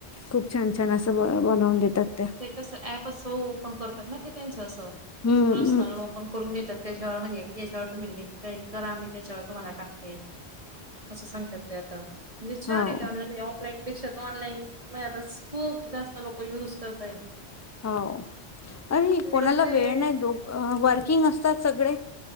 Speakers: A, on the left (about 25°); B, on the right (about 30°).
A: खूप छान - छान असं, ब - बनवून देतात त्या.
B: तस ऍप असं ओपन करतात ना, ते त्यांच असं.
A: हम्म
B: प्रसनल
A: हम्म
B: ओपन करून देतात. त्याच्यावर म्हणजे, याच्यावर तुम्ही लिंक टाईप करा. मी त्याच्यावर तुम्हाला टाकते. असं सांगतात ते आता. म्हणजे छान
A: हो
B: येत ऑनलाईन. ऑफलाईन पेक्षा तर, ऑनलाईन म आता खूप जास्त लोकांना युज करता येत.
A: हो हल्ली कोणाला
B: कसं आहे
A: वेळ नाही ओ वर्किंग असतात सगळे,